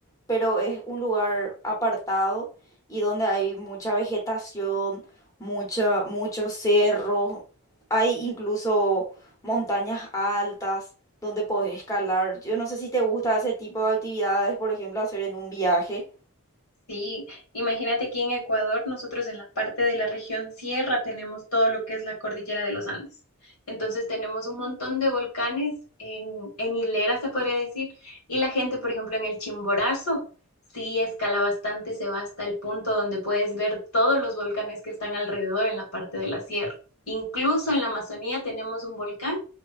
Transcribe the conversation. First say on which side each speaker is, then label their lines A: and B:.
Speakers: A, on the left; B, on the left.
A: pero es un lugar apartado y donde hay mucha vegetación mucha, muchos cerros, hay incluso montañas altas donde podés escalar. Yo no sé si te gusta ese tipo de actividades, por ejemplo, hacer en un viaje,
B: Sí, imagínate aquí en Ecuador, nosotros en la parte de la región sierra tenemos todo lo que es la cordillera de los Andes. Entonces tenemos un montón de volcanes en, en hilera, se podría decir, y la gente, por ejemplo, en el Chimborazo, sí escala bastante, se va hasta el punto donde puedes ver todos los volcanes que están alrededor en la parte de la sierra. Incluso en la Amazonía tenemos un volcán